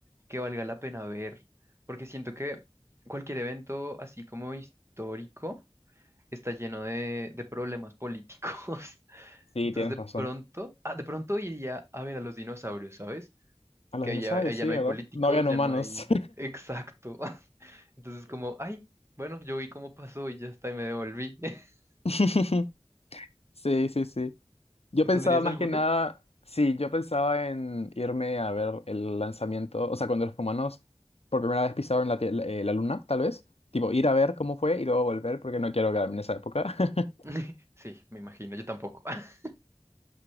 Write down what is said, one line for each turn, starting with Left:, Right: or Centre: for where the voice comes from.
Right: que valga la pena ver, porque siento que cualquier evento así como histórico está lleno de, de problemas políticos. <laughs>
Left: Sí,
Right: Entonces
Left: tienes razón.
Right: de pronto, ah, de pronto iría a ver a los dinosaurios, ¿sabes?
Left: A los
Right: Que
Left: dinosaurios,
Right: ahí ya, ahí
Left: sí,
Right: ya no
Left: ¿verdad?
Right: hay políticos,
Left: No habían
Right: ya
Left: humanos.
Right: no hay... Exacto. <laughs> Entonces como, ay, bueno, yo vi cómo pasó y ya está y me devolví. <laughs>
Left: <laughs> Sí, sí, sí. Yo
Right: ¿Tú
Left: pensaba
Right: tendrías
Left: más
Right: alguno?
Left: que nada, sí, yo pensaba en irme a ver el lanzamiento, o sea, cuando los humanos por primera vez pisaron la, tie- la eh, la luna, tal vez. Tipo, ir a ver cómo fue y luego volver porque no quiero quedarme en esa época. <laughs>
Right: <laughs> Sí, me imagino, yo tampoco. <laughs>